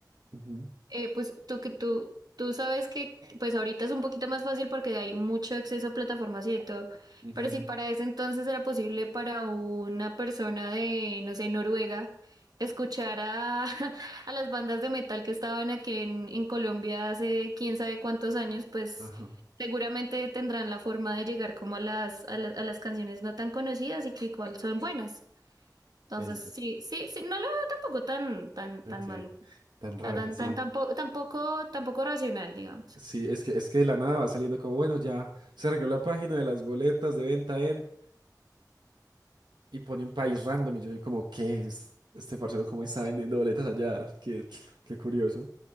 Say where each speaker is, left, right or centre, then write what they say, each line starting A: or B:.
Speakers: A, on the right (about 85°); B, on the right (about 65°).
A: Ujú,
B: Eh, pues tú que tú, tú sabes que pues ahorita es un poquito más fácil porque hay mucho acceso a plataformas y de todo,
A: ujú,
B: pero si para ese entonces era posible para una persona de, no sé, Noruega, escuchar a, <laughs> a las bandas de metal que estaban aquí en, en Colombia hace quién sabe cuántos años, pues
A: Ajá.
B: seguramente tendrán la forma de llegar como a las, a la- a las canciones no tan conocidas y que igual son buenas. Entonces,
A: Es,
B: sí, sí, sí, no lo veo tampoco tan, tan, tan
A: ok,
B: malo
A: tan raro,
B: sea, tan,
A: sí.
B: tan, tampoco, tampoco, tampoco racional, digamos.
A: Sí, es que, es que de la nada va saliendo como, bueno, ya se arregló la página de las boletas de venta en y pone un país random y yo soy como, ¿qué es este parcero? ¿Cómo está vendiendo boletas allá? Qué, qué curioso.